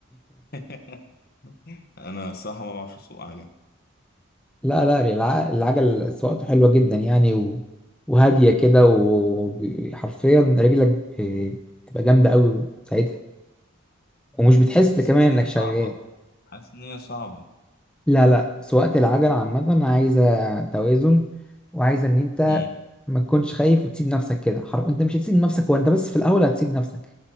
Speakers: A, on the left; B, in the centre.
A: <laughs> انا الصراحه ما بعرفش اسوق عجل
B: لا لا الع- العجل سواقته حلوه جدا يعني و... وهاديه كده وحرفيا رجلك ب- بتبقى جامده قوي ساعتها ومش بتحس
A: بس
B: كمان
A: حاسس ان
B: انك
A: هي صعبه
B: شغال
A: حاسس ان هي صعبه
B: لا لا سواقة العجل عامة عايزة توازن وعايزة ان انت
A: امم
B: ما تكونش خايف وتسيب نفسك كده حر... انت مش هتسيب نفسك هو انت بس في الاول هتسيب نفسك